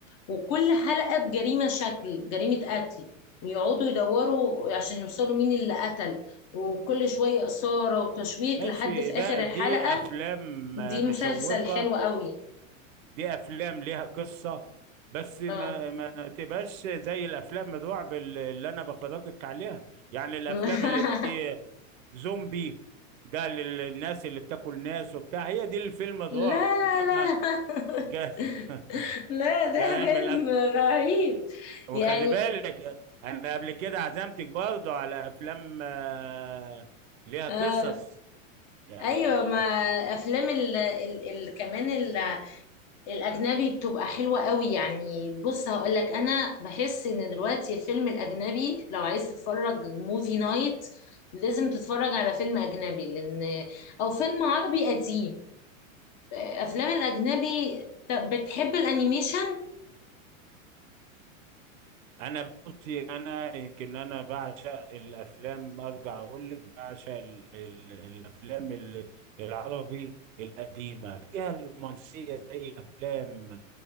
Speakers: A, on the left; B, on the right.
A: وكل حلقه بجريمه شكل جريمه قتل ويقعدوا يدوروا عشان يوصلوا مين اللي قتل وكل شويه اثاره وتشويق
B: ماشي
A: لحد في
B: ده
A: اخر
B: دي
A: الحلقه
B: افلام
A: دي
B: آه، مشوقة
A: مسلسل حلو قوي
B: دي افلام ليها قصة بس ما
A: اه
B: ما تبقاش زي الافلام الرعب اللي اللي انا بفرجك عليها يعني الافلام
A: <laughs>
B: اللي دي زومبي ده لل- للناس اللي بتاكل ناس وبتاع هي دي الفيلم الرعب
A: لا لا
B: انما
A: لا لا
B: ج- <laughs>
A: <laughs> لا ده
B: جرائم
A: فيلم
B: القتل
A: رهيب
B: وخلي
A: يعني
B: بالك انا قبل كده عزمتك برضو على افلام آه، ليها
A: آه
B: قصص يعني
A: ايوه
B: ال-
A: ما افلام ال ال ال كمان ال الاجنبي بتبقى حلوه قوي يعني بص هقول لك انا بحس ان دلوقتي الفيلم الاجنبي لو عايز تتفرج موفي نايت لازم تتفرج على فيلم اجنبي لان او فيلم عربي قديم آه، افلام الاجنبي طب بتحب الانيميشن
B: انا بصي انا يمكن انا بعشق الافلام ارجع اقول لك بعشق ال ال الافلام ال- العربي القديمه فيها الرومانسيه زي افلام